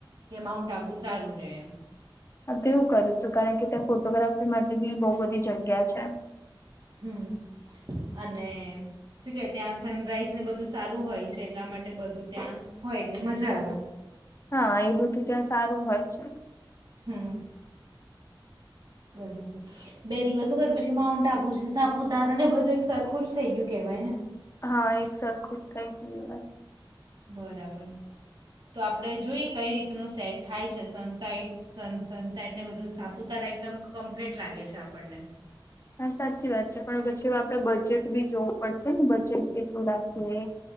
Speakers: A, on the right; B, on the left.
A: કે માઉન્ટ આબુ સારું રહે એમ.
B: હ તો એવું કરુંશું, કારણ કે ત્યાં ફોટોગ્રાફી માટે બી બઉુ બધી જગ્યા છે.
A: હમ્મ, અને શું કે ત્યાં સનરાઈઝ ને બધું સારું હોય છે, એટલા માટે બધું ત્યાં હોય એટલે મજા આવે.
B: હા એલું તો ત્યાં સારું હોય છે.
A: હમ્મ.
B: <inaudible>
A: બરાબર. બે દિવસો તો પછી માઉન્ટ આબુ છે, સાપુતારા ને બધું એક સરખુ જ થઈ ગયું કેવાય ને.
B: હા એક સરખું જ થઈ ગયું કહેવાય.
A: બરાબર. તો આપણે જોઈએ કંઈ રીતનું સેટ થાય છે, સનસાઈટ સન સનસાઈટ ને બધું સાપ પૂતારા એકદમ કમ્પ્લીટ લાગે છે આપણને.
B: હા સાચી વાત છે. પણ પછી આપડે બજેટ બી જોવું પડશે ને, બજેટ કેટ લું રાખીએ,